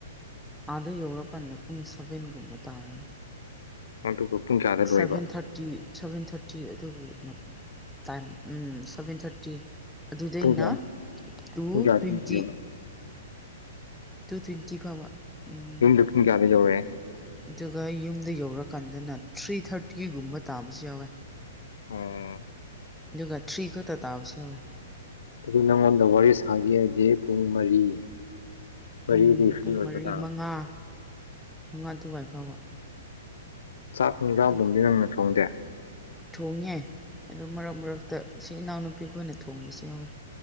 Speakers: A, in the centre; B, on the left.
A: ꯑꯥꯗ ꯌꯧꯔꯀꯥꯟꯗ ꯄꯨꯡ ꯁꯚꯦꯟꯒꯨꯝꯕ ꯇꯥꯔꯅꯤ
B: ꯑꯗꯨꯒ ꯄꯨꯡ ꯀꯌꯥꯗ
A: ꯁꯚꯦꯟ
B: ꯂꯣꯏꯕ
A: ꯊꯥꯔꯇꯤ ꯁꯚꯦꯟ ꯊꯥꯔꯇꯤ ꯑꯗꯨꯒꯤ ꯇꯥꯏꯝ ꯁꯚꯦꯟ ꯊꯥꯔꯇꯤ ꯑꯗꯨꯗꯩꯅ
B: ꯄꯨꯡ ꯀꯌꯥ
A: ꯇꯨ
B: ꯄꯨꯡ ꯀꯌꯥꯗ
A: ꯇ꯭ꯋꯦꯟꯇꯤ ꯇꯨ ꯇ꯭ꯋꯦꯟꯇꯤ ꯐꯥꯎꯕ ꯎꯝ
B: ꯌꯨꯝꯗ ꯄꯨꯡ ꯀꯌꯥꯗ ꯌꯧꯔꯛꯑꯦ
A: ꯑꯗꯨꯒ ꯌꯨꯝꯗ ꯌꯧꯔꯀꯥꯟꯗꯅ ꯊ꯭ꯔꯤ ꯊꯥꯔꯇꯤꯒꯨꯝꯕ ꯇꯥꯕꯁꯨ ꯌꯥꯎꯋꯦ
B: ꯑꯣ
A: ꯑꯗꯨꯒ ꯊ꯭ꯔꯤ ꯈꯛꯇ ꯇꯕꯁꯨ ꯌꯥꯎꯋꯦ
B: ꯑꯗꯨ ꯅꯪꯉꯣꯟꯗ ꯋꯥꯔꯤ ꯁꯥꯒꯦ ꯍꯥꯏꯗꯤ ꯄꯨꯡ ꯃꯔꯤ ꯃꯔꯤꯗꯤ
A: ꯎꯝ
B: ꯐ꯭ꯔꯤ
A: ꯄꯨꯡ
B: ꯑꯣꯏꯕ
A: ꯃꯔꯤ
B: ꯇꯥꯕ
A: ꯃꯉꯥ ꯃꯉꯥ ꯑꯗꯨꯋꯥꯏ ꯐꯥꯎꯕ
B: ꯆꯥꯛ ꯌꯦꯡꯁꯥꯡꯕꯨꯗꯤ
A: ꯑꯗꯨꯝ
B: ꯅꯪꯅ ꯊꯣꯡꯗꯦ
A: ꯊꯣꯡꯉꯦ ꯑꯗꯨ ꯃꯔꯛ ꯃꯔꯛꯇ ꯏꯅꯥꯎꯅꯨꯄꯤ ꯈꯣꯏꯅ ꯊꯣꯡꯕꯁꯨ ꯌꯥꯎꯋꯦ